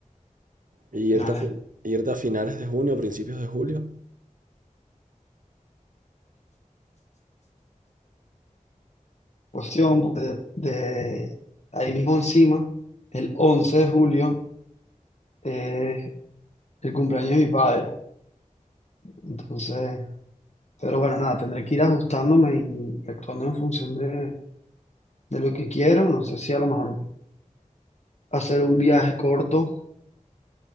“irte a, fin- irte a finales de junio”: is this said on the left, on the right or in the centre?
Right